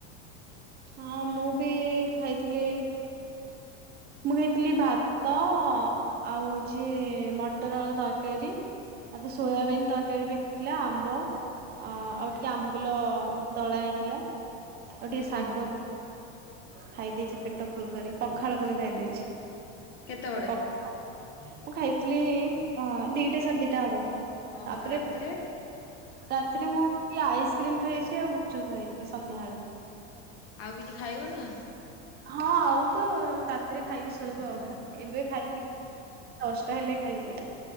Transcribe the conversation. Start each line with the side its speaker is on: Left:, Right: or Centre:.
Right: ହଁ ମୁଁ ବି ଖାଇଥିଲି ମୁଁ ଖାଇଥିଲି ଭାତ ଆଉ ହଉଛି ମଟର ଆଳୁ ତରକାରୀ ଆପ ସୋୟବନ୍
Left: ହୁଁ
Right: ତରକାରୀ ପ ଥିଲା ଆମ୍ବ ଆଉ ଟିକେ ଆମ୍ବୁଲ ଦଳା ହେଇଥିଲା। ଆଉ
Left: ହୁଁ
Right: ଟିକେ ଶାଗ ଖାଇ ଦେଇେଇଛି ପେଟ ଫୁଲ କରି ପଖାଳ ପୁଣି ଖାଇଦେଇଛି।
Left: କେତେବେଳେ?
Right: ମୁଁ ଖାଇଥିଲି ଦିଟା ସାଢ଼େ ଦିଟା ହବ
Left: ଓହୋ
Right: ତାପରେ
Left: ରାତିରେ
Right: ରାତିରେ ମୁଁ ଟିକେ ଆଇସ୍କ୍ରିମ ଖାଇଛି ଆଉ ଗୁପଚୁ ଖାଇଛି ସନ୍ଧ୍ୟାବେଳେ।
Left: ଆଉ କିଛି ଖାଇବ ନା
Right: ହଁ ଆଉ ତ ରାତିରେ ଖାଇକି ଶୋଇବ ଆଉ ଏବେ ଖାଇନି ଦଶ ତାହେଲେ ଖାଇଛି